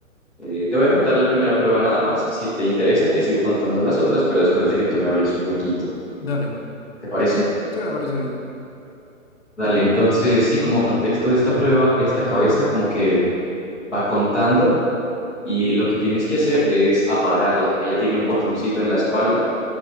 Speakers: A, in the centre; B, on the left.
A: eh, te voy a contar la primera prueba nada más. Si te interesa, te sigo contando las otras, pero después de que tú me hables un poquito.
B: Dale.
A: ¿Te parece?
B: Sí, me parece bien.
A: Dale, entonces, sí, como contexto de esta prueba, esta cabeza como que va contando y lo que tienes que hacer es apagarla. Ella tiene un botoncito en la espalda